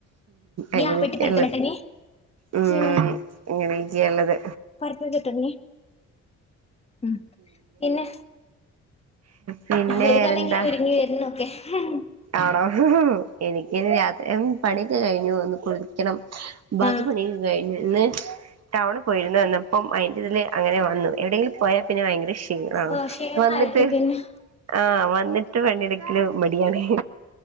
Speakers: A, on the left; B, on the right.
A: ഇയ്യ്
B: അങ്ങനെക്കെള്ളത്
A: ആ വെട്ടി പരക്കലട്ട നീ
B: ഉം
A: ചെയ്യണ
B: ഇങ്ങനെയൊക്കേ ഇള്ളത്
A: <unintelligible> ഉം പിന്നെ
B: പിന്നെ
A: ഒരു
B: വേറെന്താ
A: തലഇങ്ങനെ ഒരുങ്ങി വരുന്നൊക്കെ ഉം
B: ആണോ എനിക്ക് രാത്രിയാവുമ്പോ പണിയൊക്കെ കഴിഞ്ഞു ഒന്ന് കുളിക്കണം ബാക്കി
A: ആ
B: പണി കഴിഞ്ഞോ ഇന്ന് ടൗണ് പോയിരുന്നു വന്നപ്പം അതിന്റെ ഇതിൽ അങ്ങനെ വന്നു എവിടെയെങ്കിലും പോയാൽ പിന്നെ ഭയങ്കര ക്ഷീ ആഹ്
A: ഓ ക്ഷീണായിരിക്കും
B: വന്നിട്ട്
A: പിന്നെ
B: ആഹ് വന്നിട്ട് പണിട്ക്കില് മടിയാണ്